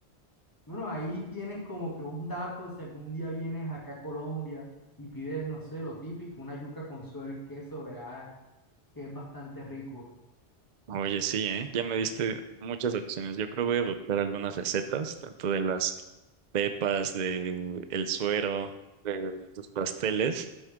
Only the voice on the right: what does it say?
Oye, sí, ¿eh? Ya me diste muchas opciones. Yo creo voy a buscar algunas recetas, tanto de las pepas, del el suero, de tus pasteles,